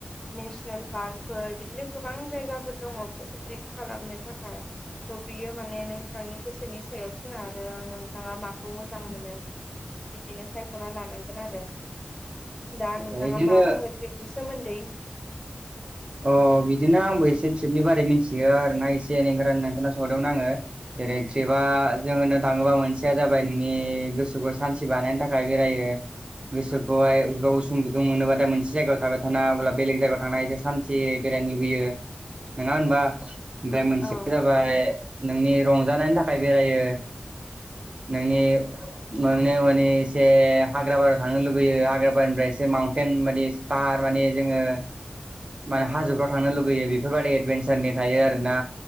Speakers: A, on the left (about 20°); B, on the right (about 35°).
A: नेसनेल पार्कफोर बिदिनो गोबां जायगाफोर दङ ट्रिप खालामनो थाखाय। थ' बियो माने नोंथांनि गोसोनि सायाव सोना रो नोंथाङा माखौ मोजां मोनो। बिदिनो सायख'ना लानांगोन आरो, दा
B: अ
A: नोंथाङा
B: इदिनो
A: मा बुङो ट्रिपनि सोमोन्दै
B: अ' बिदिनो आंबो एसे ट्रिपनि बारै मिथियो आरोना एसे एनै ओंखायनो आं नोंथांनाव सोंहरदोंमोन आङो। जेरै ट्रिपआ जों होन्नो थाङोबा मोनसेया जाबाय नोंनि गोसोखौ सान्थि बानायनो थाखाय बेरायो। गोसोखौहाय <unintelligible> उसुं गुदुं मोनोबाथाय मोनसे जायगायाव थाबाय थानो हायाब्ला बेलेग जायगायाव थांना एसे सान् थियै बेरायनो लुबैयो नङा होनबा? ओमफ्राय मोनसेया
A: औ
B: जा बाय नोंनि रंजानायनि थाखाय बेरायो, नोंनि <unintelligible> माने एसे हाग्रााबारिायाव थांनो लुगैयो हाग्राबारिनिफ्राय एसे माउन्टेन माने फाहार माने जोङो माने हाजोफ्राव थांनो लुुबैयो बेफोरबायाददि एदभेन्सारनि थायो आरोना